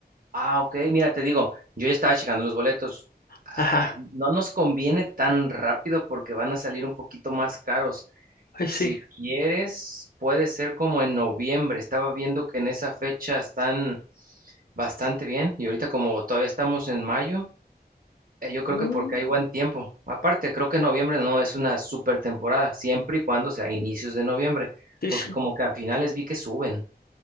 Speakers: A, on the right; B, on the left.
A: Ah, ok, mira, te digo, yo ya estaba checando los boletos. Ay,
B: Ajá,
A: no nos conviene tan rápido porque van a salir un poquito más caros.
B: ay,
A: Si
B: sí.
A: quieres, puede ser como en noviembre. Estaba viendo que en esa fecha están bastante bien y ahorita como todavía estamos en mayo, eh, yo creo
B: Mm,
A: que porque hay buen tiempo. Aparte, creo que noviembre no es una super temporada, siempre y cuando sea inicios de noviembre,
B: Sí,
A: porque
B: sí.
A: como que a finales vi que suben.